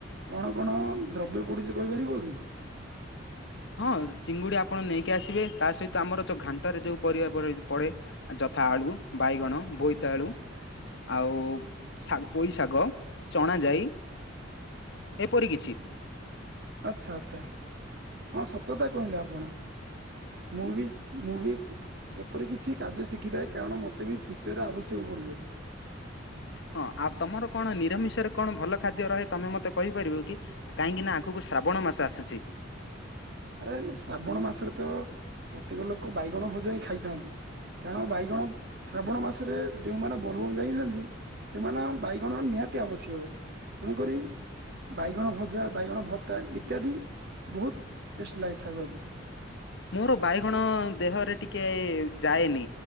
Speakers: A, on the right (about 55°); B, on the left (about 60°).
A: କଣ କଣ ଦ୍ରବ୍ୟ ପଡ଼ୁଚି କହିପାରିବ କି?
B: ହଁ ଚିଙ୍ଗୁଡି ଆପଣ ନେଇକି ଆସିବେ ତା ସହିତ ଆମର ଯୋଉ ଘାଣ୍ଟରେ ଯୋଉ ପରିବା ପଡେ ଯତ୍ ଯଥା ଆଳୁ, ବାଇଗଣ, ବୋଇତାଲୁ। ଆଉ ଶା ପୋଇ ଶାଗ, ଚଣା ଯାଇ। ଏପରି କିଛି
A: ଆଛା ଆଛା ହଁ ସତତା କହିଲେ ଆପଣ। ମୁ ଭିିସ୍ ମୁ ଭିି ଏପରି କିଛି କାର୍ଯ୍ୟ ଶିଖିଥାଏ କାରଣ ମୋତେ ବି ଫ୍ୟୁଚରରେ ଆବଶ୍ୟକ ପଡ଼ିବ।
B: ହଁ ଆଉ ତମର କଣ ନିରାମିଷରେ କଣ ଭଲ ଖାଦ୍ୟ ରହେ ତମେ ମତେ କହିପାରିବ କି? କାହିଁକି ନା ଆ କୁ ଶ୍ରାବଣ ମାସ ଆସୁ
A: ଆରେ ଶ୍ରାବଣ ମାସରେ ତ ପ୍ରତ୍ୟେକ ଲୋକ ବାଇଗଣ ଭଜା ହିଁ ଖାଇଥାନ୍ତି। କାରଣ ବାଇଗଣ ଶ୍ରାବଣ ମାସରେ ଯୋଉମାନେ ବୋଲବମ୍ ଯାଇନାଇ ସେମାନ ବାଇଗଣ ନିହାତି ଆବଶ୍ୟକ। ତେଣୁକରି ବାଇଗଣ ଭଜା ବାଇଗଣ ଭତ୍ତା ଇତ୍ୟାଦି ବୋହୁତ ଟେଷ୍ଟ ଲାଗେ ଖାଇବାକୁ।
B: ମୋର ବାଇଗଣ ଦେହରେ ଟିକେ ଯାଏନି,